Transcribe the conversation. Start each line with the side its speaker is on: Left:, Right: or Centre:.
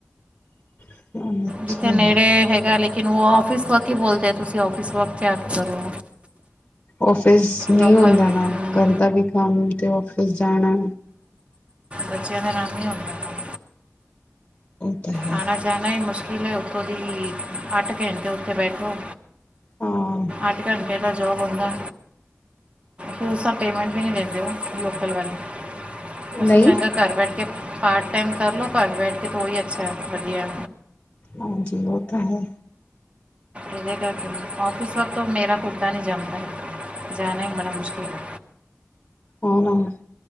Left: ਹੋਮ। ਅੱਛਾ
Right: ਜਿੱਥੇ ਨੇੜੇ ਹੈਗਾ ਲਾਈਕ ਉਹ ਔਫਿਸ ਵਰਕ ਹੀ ਬੋਲਦੇ ਤੁਸੀਂ ਔਫਿਸ ਵਰਕ ਕਿਆ ਕਰੋ।
Left: ੳਫਿਸ ਨਹੀਂ
Right: ਲੋਕਲ
Left: ਹੁੰਦਾ ਨਾ
Right: ਹਮ,
Left: ਘਰਦਾ ਵੀ ਕੰਮ ਤੇ ਫਿਰ ਜਾਣਾ।
Right: ਬੱਚਿਆਂ ਦੇ ਨਾਲ ਹੀ ਹੌਦਾ ਕਮ
Left: ਉਹ ਤਾਂ ਹੈ
Right: ਆਉਣਾ ਜਾਣਾ ਹੀ ਮੁਸ਼ਕਿਲ ਹੈ। ਉੱਥੋਂ ਦੀ ਅੱਠ ਘੰਟੇ ਉੱਥੇ ਬੈਠੋ।
Left: ਹਾਂ
Right: ਅਠ ਘੰਟੇ ਦਾ ਜੋਬ ਹੁੰਦਾ। ਫੇਰ ਉਸਦਾ ਪੇਮੈਂਟ ਵੀ ਨਹੀ ਦਿੰਦੇ ਹੋ ਲੋਕਲ ਵਾਲੇ
Left: ਨਹੀਂ
Right: ਅਛਾ ਚੰਗਾ ਘਰ ਬੈਠ ਕੇ ਪਾਰਟ ਟਾਈਮ ਕਰ ਲੋ ਘਰ ਬੈਠ ਕੇ ਤੇ ੳਹੀ ਅੱਛਾ ਏ। ਵਧੀਆ।
Left: ਹਾਂਜੀ ਉਹ ਤਾਂ ਹੈ।
Right: ਇਹਦੇ ਕਰਕੇ ਔਫਿਸ ਵਕਤ ਮੇਰਾ ਕੁੱਤਾ ਨਹੀਂ <inaudible> ਜਾਂਦਾ। ਜਾਨਾ ਹੀ ਬੜਾ ਮੁਸ਼ਕਿਲ ਏ
Left: ਆਨ <inaudible>